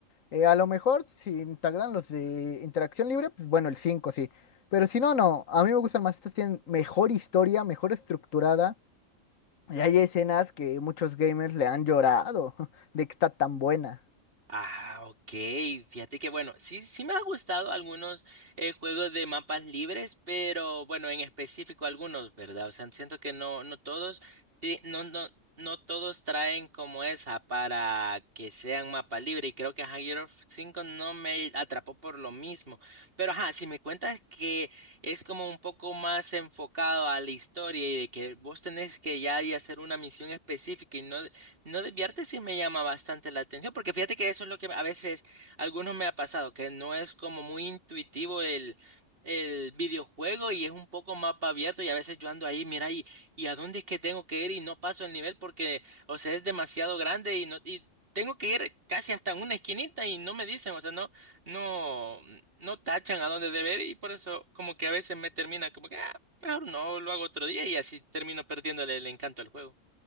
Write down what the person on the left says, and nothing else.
Eh, a lo mejor si integran los de interacción libre, pues bueno, el 5 sí. Pero si no, no, a mí me gustan más, estos tienen mejor historia, mejor estructurada Y hay escenas que muchos gamers le han llorado <laughs> de que está tan buena.